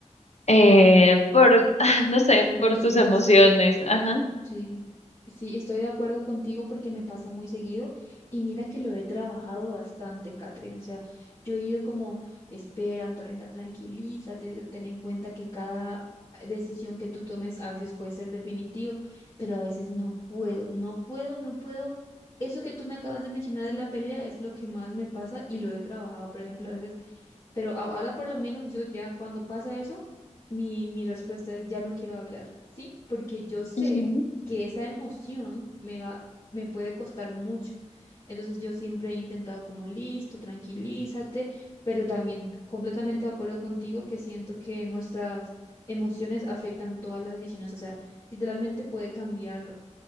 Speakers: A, on the left (about 60°); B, on the left (about 45°).
A: eh, por, <laughs> ah, no sé,
B: emociones.
A: por tus emociones. Ajá.
B: Sí, sí, estoy de acuerdo contigo porque me pasa muy seguido y mira que lo he trabajado bastante, Catherine. O sea, yo he ido como, espera, Antonella, tranquilízate, ten en cuenta que cada decisión que tú tomes a veces puede ser definitivo, pero a veces no puedo, no puedo, no puedo. Eso que tú me acabas de mencionar de la pelea es lo que más me pasa y lo he trabajado. Por ejemplo, a veces pero a- ahora por lo menos yo ya cuando pasa eso, mi, mi respuesta es ya no quiero hablar, ¿sí? Porque yo sé
A: Ujú.
B: que esa emoción me va, me puede costar mucho. Entonces yo siempre he intentado como listo, tranquilízate, pero también completamente de acuerdo contigo que siento que nuestras emociones afectan todas las decisiones. O sea, literalmente puede cambiar